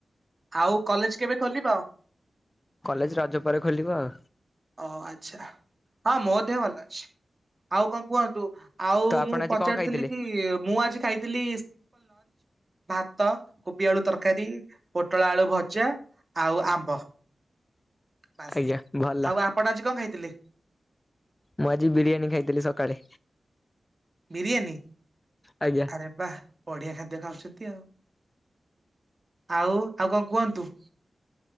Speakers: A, on the right (about 35°); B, on the left (about 20°).
A: ଆଉ କଲେଜ କେବେ ଖୋଲିବ
B: କଲେଜ ରଜ ପରେ ଖୋଲିବ ଆଉ
A: ଓ ଆଛା ହଁ ମୋ ଦେହ ଭଲ ଅଛି। ଆଉ କଣ କୁହନ୍ତୁ। ଆଉ
B: ତ ଆପଣ
A: ମୁଁ
B: ଆଜି
A: ପଚାରୁଥିଲି
B: କଣ ଖାଇଥିଲେ?
A: କି ମୁଁ ଆଜି ଖାଇଥିଲି ଭାତ କୋବି ଆଳୁ ତରକାରୀ ପୋଟଳ ଆଳୁ ଭଜା ଆଉ ଆମ୍ବ। ବାସ
B: ଆଜ୍ଞା ଭଲ
A: ଆଉ ଆପଣ ଆଜି କଣ ଖାଇ ଥିଲେ।
B: ମୁଁ ଆଜି ବିରିୟାନୀ ଖାଇଥିଲି ସକାଳେ।
A: ବିରିୟାନୀ
B: ଆଜ୍ଞା
A: ଆରେ ବା ବଢିଆ ଖାଦ୍ୟ ଖାଉଛନ୍ ନ୍ତୀ ଆଉ ଆଉ କଣ କୁହନ୍ତୁ।